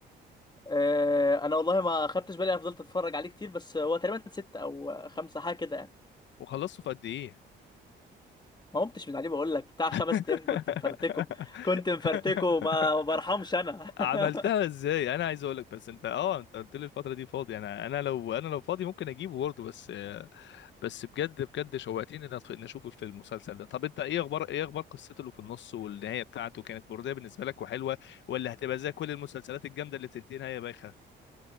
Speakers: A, on the left; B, on the left.
A: آه، انا والله ما خدتش بالي انا فضلت اتفرج عليه كتير بس هو تقريبا ست او خمسة حاجه كده يعني
B: وخلصته في قد ايه
A: ما قمتش من عليه بقول لك بتاع خمس
B: <laughs>
A: ايام كنت مفرتكه كنت مفرتكه ما ما برحمش انا
B: عملتها
A: <laughs>
B: ازاي انا عايز اقولك بس انت اه انت قلت لي الفتره دي فاضي انا انا لو انا لو فاضي ممكن اجيبه برضه بس بس بجد بجد شوقتني ان أط- ان اشوف في المسلسل ده طب انت ايه اخبار ايه اخبار قصته اللي في النص والنهايه بتاعته كانت مرضيه بالنسبه لك وحلوه ولا هتبقى زي كل المسلسلات الجامده اللي بتنتهي نهايه بايخه